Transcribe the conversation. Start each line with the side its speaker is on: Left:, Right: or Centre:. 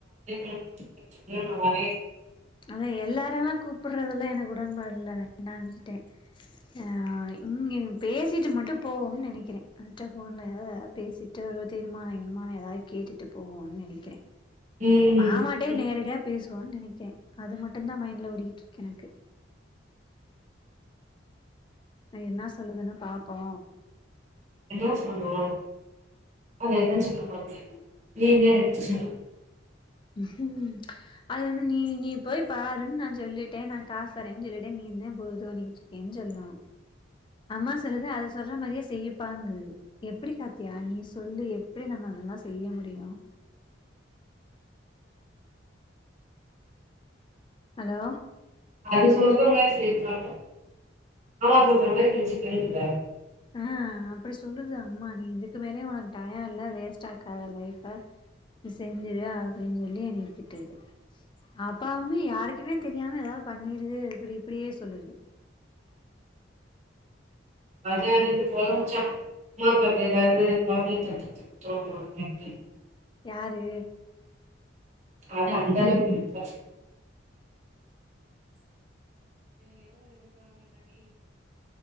Right: <inaudible> நான் வர
Left: அத எல்லார எல்லா கூப்பிடுறதெல்லா எனக் உடன்பாடுல்லா வேண்டா விட்டுட்ட ஆ இங்க பேசிட்டு மட்டு போவோம்னு நெனைக்கிற அதுட்ட ஃபோன்ல ஏதாதது பேசிட்டு ஒரு தீர்மானோ கீர்மானோ ஏதாவது கேட்டுட்டு போவோம்னு நெனைக்கிற
Right: ம்
Left: மாமாட்டேயே
Right: ம்,
Left: நேரடியா பேசு லான் நெனைக்க அது மட்டு தா மைண்ட்ல ஓடிக்கிட்டு இருக்கு எனக்கு என்னா சொல்லுதுன்னு பாப் பா
Right: என்னா சொல்னு அத எதா சொல்லும்போது வீகர் எடுத்து சொல்லு
Left: உஹும் அது வந்து நீ நீ போய் பாருன் நான் ஜொல்லிட்டே நா காஸ் தறேன் ஜொல்லிட்டே நீ தா போ தோணிக்கிட்ருக்கேன் ஜொல்லு அம்மா சொல்லுது அது சொல்ற மாரியே செய்யப்பாங்கு எப்படி காத்தியா நீ சொல்லு எப்படி நம் அதெல்லா செய்ய முடியு அலோ
Right: அது சொல்ற மாரி சேர்த்தாங்க ஆமா சொல்ற மாதிரி செஞ்சுக்கேன் இல்ல
Left: ஆ அப்படி சொல்லுது அம்மா நீ இதுக்கு மேலயே உனக்கு டயோ இல்ல வேஸ்ட் ஆக்காத லைஃப்ஃப நீ செஞ்சிரு அப்டின் சொல்லி என்னைய திட்டுது அப்பாவுமே யாருக்குமே தெரியாம எதாவ் பண்ணிரு ப்பெறிய் இப்படியே சொல்லுது
Right: பஜாரின்னு புலம்பச்சா அம்மா பட்ர வேது கொழந்தைய தத்து திட்ரோமா ந து
Left: யாரு
Right: ஆன அந்த அளவுக்கிப்பா <inaudible>